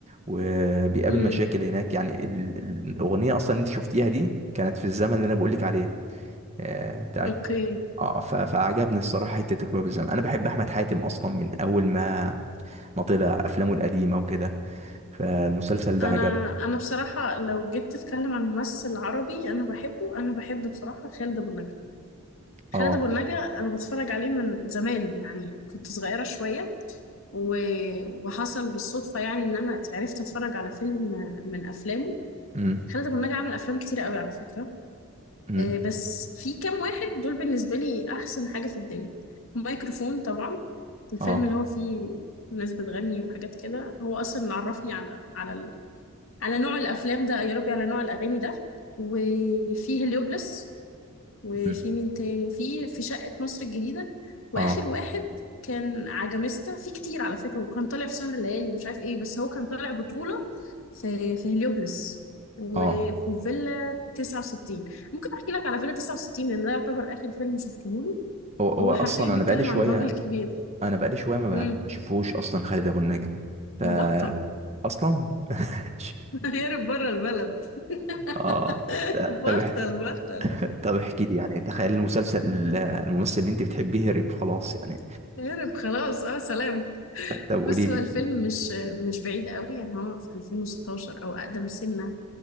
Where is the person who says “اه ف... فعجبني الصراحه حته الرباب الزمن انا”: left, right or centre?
Right